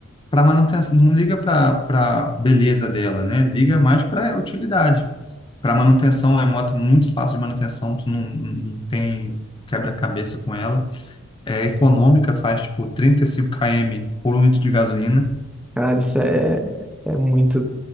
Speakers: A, on the left; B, in the centre.
A: para manutenção, não liga para beleza dela, né? Liga mais para utilidade. Para manutenção, é moto é muito fácil de manutenção, tu não, não tem quebra-cabeça com ela. É econômica, faz tipo 35 km por um litro de gasolina,
B: Cara, isso é, é muito,